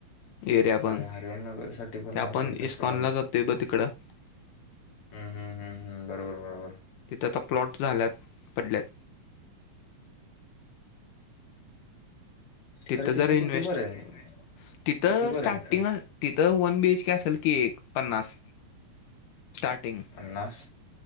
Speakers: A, on the left; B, on the left.
A: एरिया पण
B: हरिओमनगरसाठी पण
A: त्या
B: आहे
A: आपण
B: सोड तसं
A: इस्कॉनला जातोय बघ तिकडं. <unintelligible>
B: ह ह ह बरोबर बरोबर.
A: तिथं आता प्लॉट झाल्यात पडल्यात. तिथं
B: खरं
A: जर इन्व्हेस्ट
B: कितीपर्यंत
A: तिथं
B: कितीपर्यंत
A: स्टार्टिंग तिथं वन बीएच के असेल की एक पन्नास स्टार्ट तीन
B: पन्नास